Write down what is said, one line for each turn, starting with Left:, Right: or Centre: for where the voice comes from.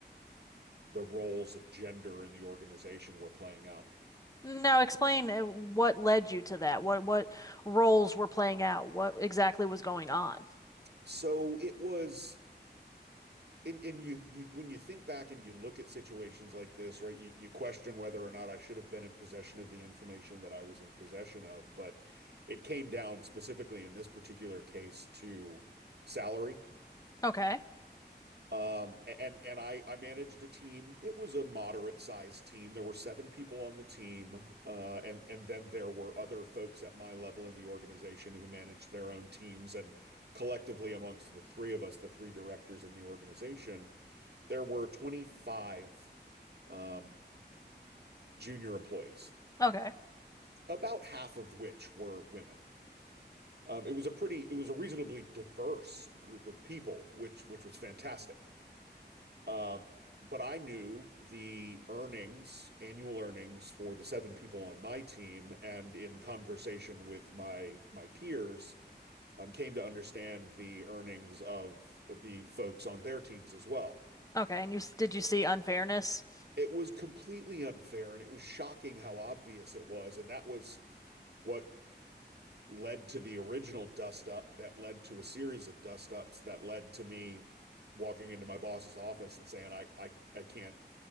Right: the roles of gender in the organization were playing out.
Left: Now, explain uh, what led you to that. What what roles were playing out? What exactly was going on?
Right: So it was and, and you you when you think back and you look at situations like this right you, you question whether or not i should have been in possession of the information that i was in possession of but it came down specifically in this particular case to salary
Left: Okay.
Right: um and and i i managed a team it was a moderate sized team there were seven people on the team uh and and then there were other folks at my level in the organization who managed their own teams and collectively amongst the three of us the three directors in the organization there were 25 um, junior employees,
Left: Okay.
Right: about half of which were women. Um, it was a pretty, it was a reasonably diverse group of people, which which was fantastic. Um, but I knew the earnings, annual earnings for the seven people on my team, and in conversation with my my peers, um, came to understand the earnings of the folks on their teams as well.
Left: Okay, and you s- did you see unfairness?
Right: it was completely unfair and it was shocking how obvious it was. And that was what led to the original dust up that led to a series of dust ups that led to me walking into my boss's office and saying, I, I, I can't,